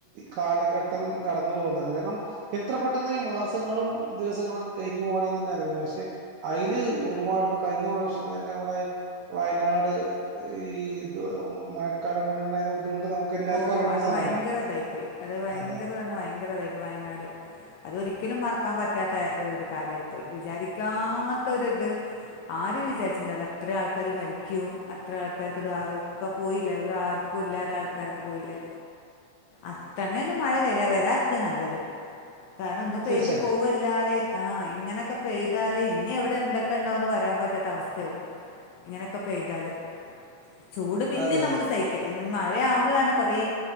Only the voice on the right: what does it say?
കാലഘട്ടം കടന്നു പോകുന്നത്. കാരണം എത്ര പെട്ടെന്ന് ഈ മാസങ്ങളും ദിവസങ്ങളൊക്കെ കഴിഞ്ഞു പോണേന്ന ന്നെ അറിയ്ണില്ല പക്ഷെ അയില് ഒരുപാട് ഇപ്പോ കഴിഞ്ഞ പ്രാവശ്യം ഇന്നെന്നെ നമ്മുടെ വയനാട് ഈ ഇത് മഴക്കാലം കൊണ്ടുണ്ടായിന്ന ബുദ്ധിമുട്ട് നമുക്ക് എല്ലാവർക്കും
അറിയുന്ന
ഒരു സ്ഥലമാണ്
അതെ അതെ
തീർച്ചയായിട്ടും
അതെ
അതെ